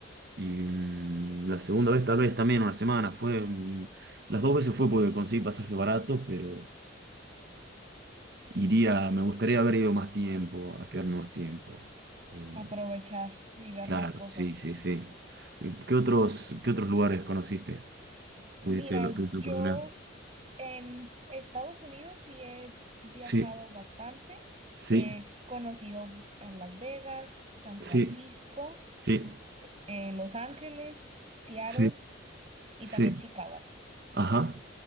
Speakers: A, on the right (about 55°); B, on the right (about 30°).
A: y mm, la segunda vez tal vez también una semana, fue, mm, las dos veces fue porque conseguí pasajes baratos, pero iría, me gustaría haber ido más tiempo, a quedarme más tiempo. Eh,
B: aprovechar y ver
A: Claro,
B: más cosas.
A: sí, sí, sí. ¿Qué otros, qué otros lugares conociste?
B: Mira,
A: ¿Pudiste, lo, tuviste la
B: yo
A: oportunidad?
B: en Estados Unidos sí he viajado
A: Sí,
B: bastante.
A: sí,
B: He conocido a Las Vegas, San Francisco,
A: sí, sí,
B: eh, Los Ángeles, Seattle
A: sí,
B: y
A: sí.
B: también Chicago.
A: Ajá.
B: Es